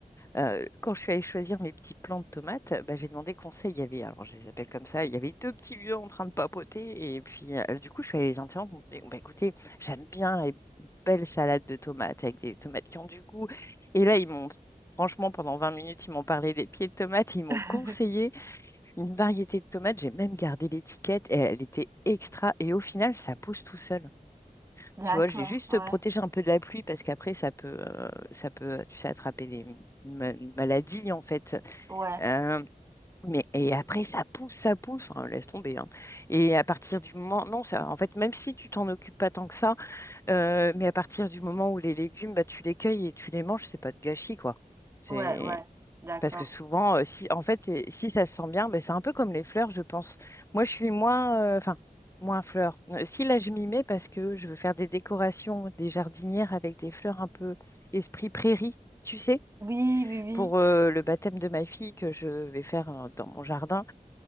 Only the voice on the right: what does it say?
<laughs>
D'accord,
ouais,
ouais,
ouais, ouais, d'accord.
Oui, oui, oui.